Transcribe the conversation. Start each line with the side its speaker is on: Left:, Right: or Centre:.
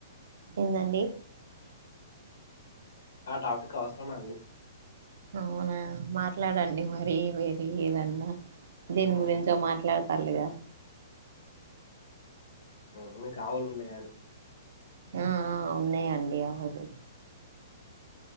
Right: ఏందండి
Left: ఆ టాపిక్ అవసరమా అండి
Right: అవునా మాట్లాడండి మరి వేర ఏదన్నా
Left: హ్మ్
Right: దీని గురించో మాట్లాడ్ అల్లుగా
Left: మ్ మీకావులు ఉన్నాయా అని
Right: ఆ ఆ ఉన్నాయండి ఆవులు